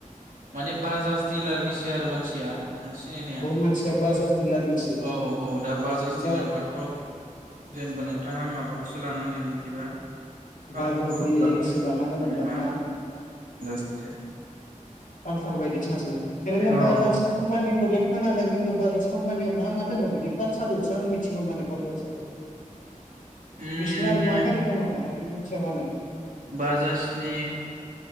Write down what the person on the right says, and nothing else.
माने बाजाज दिलारनिसो आरो मानसिया आं सिनायनाया
औ औ दा बाजाज
दिलारबाथ जेनेबा नों थांङा माबाफोर सों लानांगोन बिदिबा <unintelligible>
औ
उम
बाजाजनि